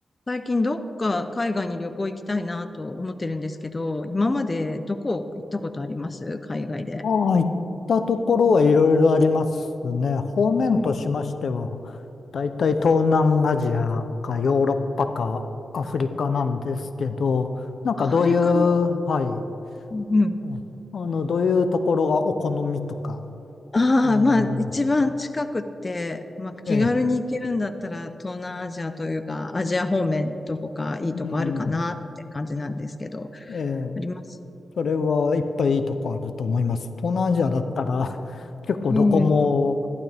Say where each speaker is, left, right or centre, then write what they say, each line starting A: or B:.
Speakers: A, on the left; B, on the left.
A: 最近どっか海外に旅行行きたいなと思ってるんですけど、今までどこ行ったことあります海外で。
B: ああ、行ったところはいろいろありますね。方面としましては、
A: うん
B: だいたい東南アジアかヨーロッパかアフリカなんですけど、なんかどういう、
A: アフリカも、
B: はい、
A: うん。
B: うんあの、どういうところがお好みとか、
A: ああ、
B: あの、
A: まあ一番近くって、まあ気軽に行けるんだったら東南アジアというかアジア方面どこかいいとこあるかなって感じなんですけど、
B: ええ、うん、ええ、
A: あります。
B: それはいっぱいいいとこあると思います。東南アジアだったら結構どこも、
A: ええ